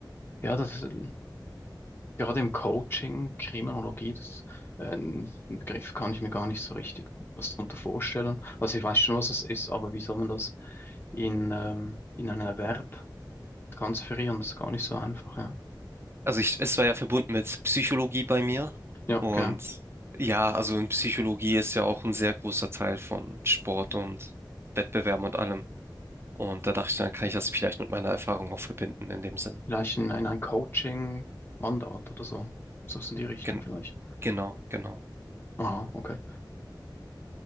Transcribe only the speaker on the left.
Ja, das ist, Gerade im Coaching, Kriminologie, das, äh, ein Begriff kann ich mir gar nicht so richtig was darunter vorstellen. Also ich weiß schon, was es ist, aber wie soll man das in, ähm, in einen Erwerb transferieren? Das ist gar nicht so einfach, ja.
Ja,
genau.
Vielleicht in, in ein Coaching-Mandat oder so. So ist in die Richtung
vielleicht.
Aha, okay.